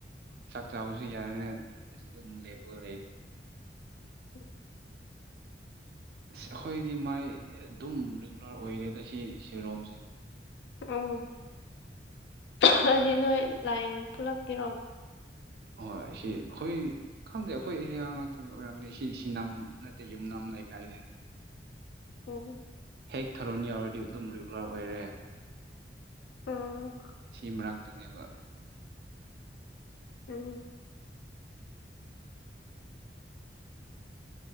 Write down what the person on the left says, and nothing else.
<inaudible>
ꯎꯝ ꯍꯥꯏꯗꯤ ꯅꯣꯏ ꯂꯥꯏꯡ ꯄꯨꯂꯛꯄꯤꯔꯣ
<unintelligible>
ꯑꯣ
ꯎꯝ